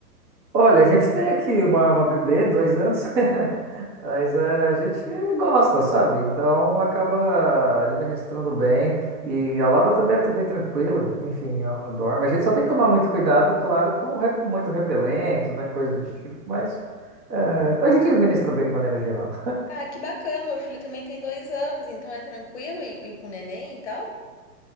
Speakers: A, on the right; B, on the left.
A: Olha, a gente tem aqui uma, uma bebê, dois anos, <laughs> mas eh, a gente gosta, sabe? Então acaba administrando bem. E a Laura também é tá bem tranquila, enfim, ela dorme. A gente só tem que tomar muito cuidado, claro, com re- muito repelente, né? Coisa do tipo, mas eh, a gente administra bem de maneira geral.
B: Ah, que bacana! Meu filho também tem dois anos, então é tranquilo e, e com neném e tal.